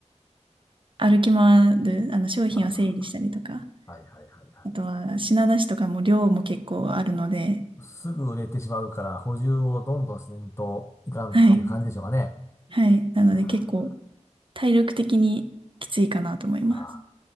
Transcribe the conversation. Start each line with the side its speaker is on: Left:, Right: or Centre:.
Right: 歩き回る、あの、商品を整理したりとか、
Left: ああ、はいはいはいはい。
Right: あとは品出しとかも量も結構あるので、
Left: すぐ売れてしまうから、補充をどんどんせんといかんっていう感じでしょうかね。
Right: はい。はい。なので、
Left: あ
Right: 結構体力的にきついかなと思います。
Left: ーあ